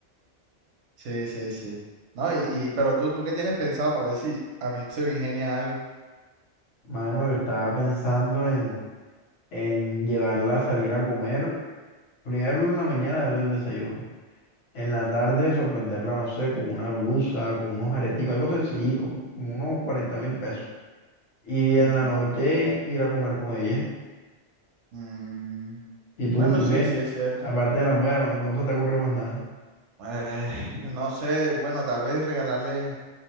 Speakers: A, on the right; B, on the left.
A: Sí, sí, sí. No, y, y pero tú, ¿tú qué tienes pensado para ver si a mí se me ingenia algo?
B: Mano, yo estaba pensando en, en llevarla a salir a comer. Primero en la mañana darle el desayuno. En la tarde sorprenderla, no sé, con una blusa, con unos areticos, algo sencillito, como unos cuarenta mil pesos. Y
A: Ujú.
B: en la noche ir a comer con ella.
A: Mm,
B: ¿Y tú,
A: bueno,
B: tú
A: sí,
B: qué?
A: sí es cierto.
B: Aparte de la muela, no, no se te ocurrió más nada.
A: Eh, <laughs> no sé, bueno, tal vez regalarle